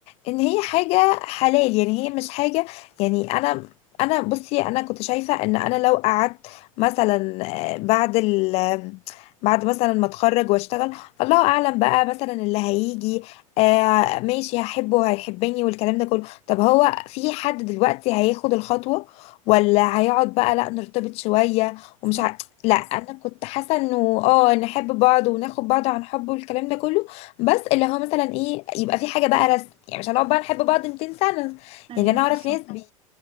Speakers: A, on the left; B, on the right.
A: ان هي حاجة حلال يعني هي مش حاجة يعني انا انا بصي انا كنت شايفة ان انا لو قعدت مثلا آه، بعد ال آم، بعد مثلا ما اتخرج واشتغل الله اعلم بقى مثلا اللي هيجي آه ماشي هحبه وهيحبني والكلام ده كله طب هو في حد دلوقتي هياخد الخطوة ولا هيقعد بقى لا نرتبط شوية
B: صح
A: ومش ع... لا انا كنت حاسة انه اه نحب بعض وناخد بعض عن حب والكلام ده كله بس اللي هو مثلا ايه يبقى في حاجه بقى رسم يعني مش هنقعد بقى نحب بعض 200 سنه
B: ايوه
A: يعني انا اعرف
B: بالظبط
A: ناس بي